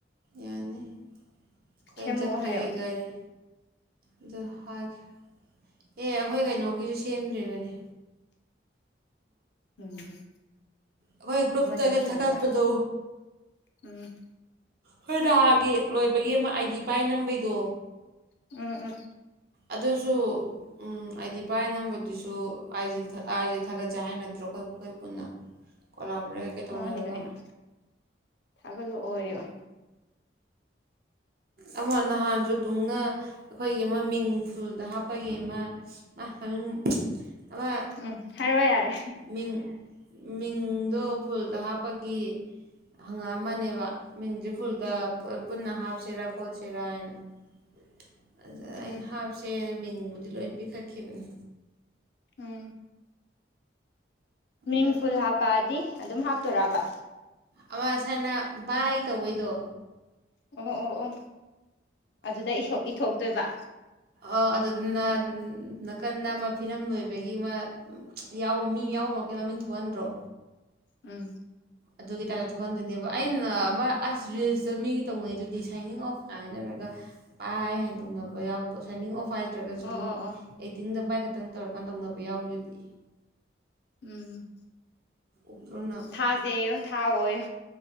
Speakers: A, on the right (about 50°); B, on the left (about 65°).
A: ꯌꯥꯅꯤ ꯑꯩꯈꯣꯏꯅ
B: ꯁꯦꯝꯃꯛꯑꯣ
A: ꯆꯠꯄꯒꯤ
B: ꯍꯥꯏꯌꯣ
A: ꯒꯥꯔꯤ ꯑꯗꯨ ꯍꯥꯏꯒꯦ ꯑꯦ ꯑꯩꯈꯣꯏ ꯀꯩꯅꯣꯒꯤꯁꯨ ꯁꯦꯝꯗ꯭ꯔꯤꯕꯅꯦ
B: ꯎꯝ
A: ꯑꯩꯈꯣꯏ ꯒ꯭ꯔꯨꯞꯇꯒ
B: ꯑꯃ ꯆꯠꯈꯤꯕꯗ
A: ꯊꯥꯒꯠꯄꯗꯣ
B: ꯎꯝ
A: ꯍꯣꯏ ꯅꯍꯥꯟꯒꯤ ꯂꯣꯏꯕꯒꯤ ꯑꯃ ꯑꯥꯏꯗꯤ ꯄꯥꯏ ꯅꯝꯕꯩꯗꯣ
B: ꯎꯝ ꯎꯝ
A: ꯑꯗꯨꯁꯨ ꯎꯝ ꯑꯥꯏꯗꯤ ꯄꯥꯏꯔ ꯅꯝꯕꯗꯨꯁꯨ ꯑꯥꯏꯖꯤ ꯑꯥꯏ ꯖꯤꯗ ꯊꯥꯒꯠꯆꯦ ꯍꯥꯏ ꯅꯠꯇ꯭ꯔꯣ ꯑꯩꯈꯣꯏ ꯑꯩꯈꯣꯏ ꯄꯨꯟꯅ ꯀꯣꯂꯥꯕꯣꯔꯦꯠ ꯀꯩꯀꯩ ꯇꯧꯅꯔꯒ
B: ꯃꯥꯅꯦ ꯀꯩꯅꯣ ꯊꯥꯒꯠꯂꯛꯑꯣ ꯌꯣ
A: ꯑꯃ ꯅꯍꯥꯟꯁꯨ ꯗꯨꯡꯅ ꯑꯩꯈꯣꯏꯒꯤ ꯃꯤꯡ ꯐꯨꯜꯗ ꯍꯥꯞꯄꯒꯤ ꯑꯃ ꯃꯃꯤꯡ ꯑꯃ
B: ꯎꯝ ꯍꯥꯏꯔꯛꯑꯣ ꯌꯥꯔꯦ
A: ꯃꯤꯡ ꯃꯤꯡꯗꯣ ꯐꯨꯜꯗ ꯍꯥꯞꯄꯒꯤ ꯍꯪꯉꯛꯑꯝꯃꯅꯦꯕ ꯃꯤꯡꯖꯦ ꯐꯨꯜꯒ
B: ꯎꯝ
A: ꯄꯨꯟꯅ ꯍꯥꯞꯁꯤꯔꯥ <unintelligible>
B: ꯎꯝ
A: ꯑꯩꯅ ꯍꯥꯞꯁꯦ ꯃꯤꯡ ꯃꯤꯡꯕꯨꯗꯤ ꯂꯣꯏꯝ ꯄꯤꯈꯠꯈꯤꯕꯅꯤ
B: ꯎꯝ ꯃꯤꯡ
A: ꯑꯗꯣ
B: ꯐꯨꯜ ꯍꯥꯞꯄꯑꯗꯤ ꯑꯗꯨꯝ ꯍꯥꯞꯇꯣꯔꯥꯕ
A: ꯑꯃꯁꯥꯏꯅ ꯕꯥꯏ ꯇꯧꯕꯩꯗꯣ
B: ꯑꯣ ꯑꯣ ꯑꯣ ꯑꯗꯨꯗ ꯏꯁꯣꯛ ꯏꯊꯣꯛꯇꯣꯏꯕ
A: ꯑ ꯑꯗꯨꯗꯨꯅ ꯅꯥꯀꯟꯗ ꯑꯃ ꯐꯤꯂꯝ ꯂꯣꯏꯕꯒꯤ ꯑꯃ ꯃꯤ ꯌꯥꯎꯕ ꯃꯤ ꯌꯥꯎꯕꯃꯈꯩ ꯃꯃꯤꯡ ꯊꯣꯛꯍꯟꯗ꯭ꯔꯣ
B: ꯎꯝ
A: ꯑꯗꯨꯒꯤ ꯇꯥꯏꯞꯇ ꯊꯣꯛꯍꯟꯗꯣꯏꯅꯦꯕ ꯑꯩꯅ ꯃ ꯑꯁ
B: ꯎꯝ
A: ꯔꯤꯜꯁ ꯇꯣ ꯃꯤꯒꯤ ꯇꯧꯅꯩꯗꯨꯗꯤ ꯁꯥꯏꯅꯤꯡ ꯑꯣꯐ ꯀꯥꯏꯅ ꯍꯥꯏꯅꯔꯒ ꯕꯥꯏ ꯍꯥꯏ ꯇꯧꯅꯕ ꯌꯥꯎꯗꯣ ꯁꯥꯏꯅꯤꯡ ꯑꯣꯐ ꯍꯥꯏ ꯅꯠꯇ꯭ꯔꯥꯒꯁꯨ
B: ꯑꯣ
A: ꯑꯗꯨꯝ
B: ꯑꯣ ꯑꯣ
A: ꯑꯦꯛꯇꯤꯡꯗ ꯕꯥꯏꯀ ꯈꯤꯇꯪ ꯇꯧꯔꯀꯥꯟ ꯇꯧꯅꯕ ꯌꯥꯎꯔꯤꯗꯨꯗꯤ
B: ꯎꯝ
A: ꯎꯗ꯭ꯔꯣ ꯅꯪ
B: ꯊꯥꯖꯦꯌꯣ ꯊ ꯊꯑꯣꯌꯣ